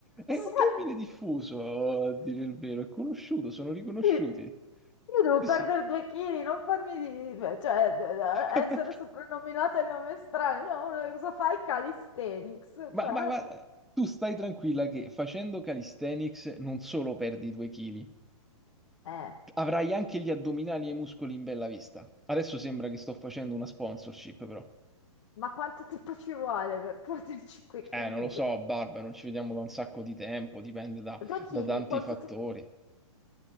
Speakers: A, in the centre; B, on the left (about 60°).
A: è
B: Sì.
A: un termine diffuso, a dire il vero, è conosciuto, sono riconosciuti.
B: Io io devo
A: Sì,
B: perdere
A: sì.
B: due chili, non farmi di... cioè, d- d-
A: <laughs>
B: essere soprannominata il nome strano. Cioè, uno, cosa fai? Calisthenics.
A: Ma,
B: Cioè,
A: ma- ma tu stai tranquilla che facendo calisthenics non solo perdi due chili,
B: eh,
A: avrai anche gli addominali e i muscoli in bella vista. Adesso sembra che sto facendo una sponsorship, però.
B: ma quanto tempo ci vuole per <laughs> perdere 5 kg?
A: Eh, non lo so, Barba, non ci vediamo da un sacco di tempo, dipende da,
B: 2 kg?
A: da tanti
B: Quanto
A: fattori.
B: tempo?